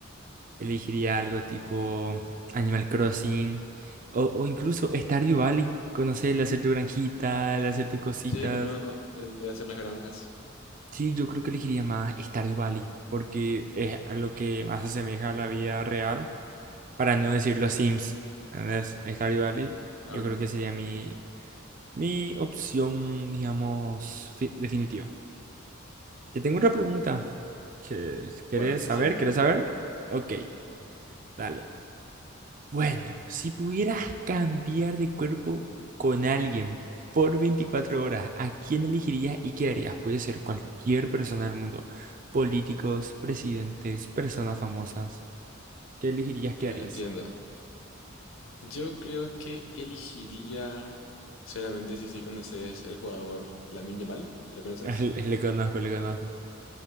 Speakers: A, on the right (about 40°); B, on the left (about 75°).
A: elegiría algo tipo Animal Crossing o, o incluso Stardew Valley, conocer, el hacer tu granjita, el hacer tus cositas.
B: Sí, conozco el de hacer las granjas.
A: Sí, yo creo que elegiría más Stardew Valley, porque es a lo que más se asemeja a la vida real, para no decir los Sims. Entonces, Stardew Valley,
B: Claro.
A: yo creo que sería mi, mi opción, digamos, fi- definitiva. Te tengo otra pregunta. que ¿Querés
B: Bueno, decime.
A: saber? ¿Querés saber? Ok, dale. Bueno, si pudieras cambiar de cuerpo con alguien por 24 horas, ¿a quién elegirías y qué harías? Puede ser cualquier persona del mundo, políticos, presidentes, personas famosas. ¿Qué elegirías,
B: Claro,
A: qué harías?
B: entiendo. Yo creo que elegiría, sinceramente, si sí conoces el jugador Lamine Yamal, ¿le conoces?
A: <laughs> Le, le conozco, le conozco.